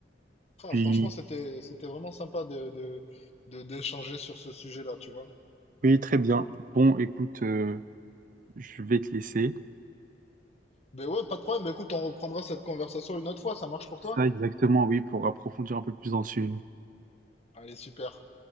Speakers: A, on the left; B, on the right.
A: Ah,
B: Puis,
A: franchement, c'était, c'était vraiment sympa de, de, de- d'échanger sur ce sujet-là, tu vois.
B: oui, très bien. Bon, écoute, euh, je vais te laisser.
A: Ben ouais, pas de problème. Ben écoute, on reprendra cette conversation une autre fois. Ça marche pour toi?
B: Ça, exactement, oui, pour approfondir un peu plus dans le sujet.
A: Allez, super.